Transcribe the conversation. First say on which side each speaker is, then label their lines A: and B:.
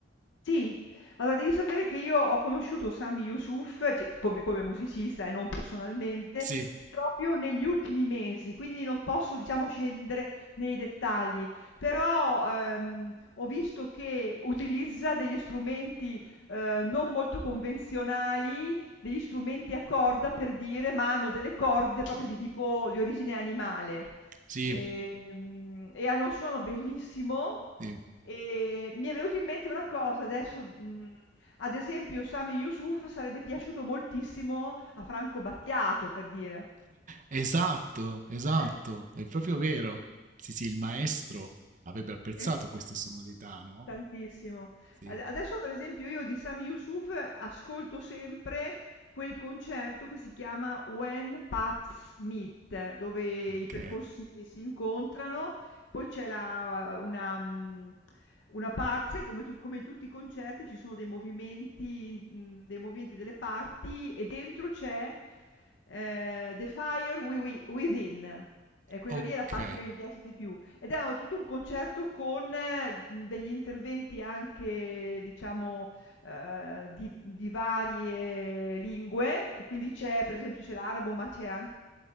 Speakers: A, on the left; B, on the right.
A: Sì. Allora devi sapere che io ho conosciuto Sami Yusuf, c come come musicista e non personalmente,
B: Sì,
A: proprio negli ultimi mesi, quindi non posso diciamo scendere nei dettagli. Però, ehm, ho visto che utilizza degli strumenti, ehm, non molto convenzionali, degli strumenti a corda per dire, ma hanno delle corde proprio di tipo di origine animale.
B: sì,
A: Ehm, e hanno un suono bellissimo,
B: sì.
A: Ehm, mi è venuto in mente una cosa adesso, mhmm, ad esempio Sami Yusuf sarebbe piaciuto moltissimo a Franco Battiato, per dire.
B: Esatto, esatto,
A: Eh.
B: è proprio vero. Sì, sì, il maestro avrebbe apprezzato
A: Eh s
B: queste sonorità, no?
A: Tantissimo.
B: Sì,
A: Ad adesso per esempio io di Sami Yusuf ascolto sempre quel concerto che si chiama When Paths Meet, dove
B: ok.
A: i percorsi si incontrano, poi c'è la una mhmm, una parte come tu come in tutti i concerti ci sono dei movimenti, mhmm, dei movimenti delle parti e dentro c'è, ehm, The Fire Wi Wi Within. E quello
B: Ok,
A: lì è la parte che mi piace di più. Ed era tutto un concerto con, mhmm, degli interventi anche diciamo, ehm, di di varie lingue e quindi c'è per esempio c'è l'arabo, ma c'è anche